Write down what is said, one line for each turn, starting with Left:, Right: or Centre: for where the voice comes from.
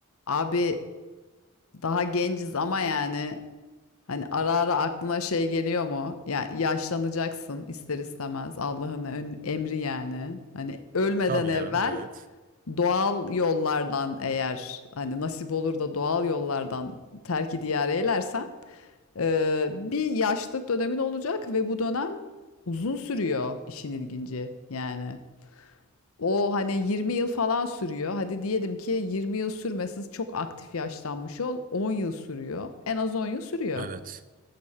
Left: Abi daha genciz ama yani hani ara ara aklına şey geliyor mu? Ya yaşlanacaksın ister istemez Allah'ın ön- emri yani. Hani ölmeden
Right: Tabii
Left: evvel
Right: canım evet.
Left: doğal yollardan eğer hani nasip olur da doğal yollardan terki diyar eylersen e, bir yaşlılık dönemin olacak ve bu dönem uzun sürüyor işin ilginci yani. O hani 20 yıl falan sürüyor. Hadi diyelim ki 20 yıl sürmesin çok aktif yaşlanmış ol. 10 yıl sürüyor. En az 10 yıl sürüyor.
Right: Evet.